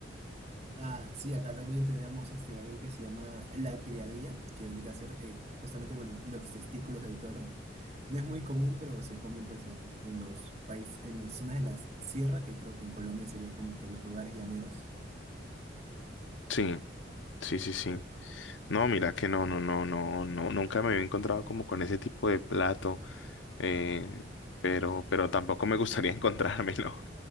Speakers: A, on the right (about 35°); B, on the left (about 80°).
A: Ah, sí, acá también tenemos este, algo que se llama la criadilla, que vendría a ser eh, justamente, bueno, los testículos del toro. No es muy común, pero se comen pues en, en los países, en las zonas de la sierra, que creo que en Colombia sería como que los lugares llaneros.
B: Sí, sí, sí, sí. No, mira que no, no, no, no, no, nunca me había encontrado como con ese tipo de plato. eh, pero, pero tampoco me gustaría <laughs> encontrármelo.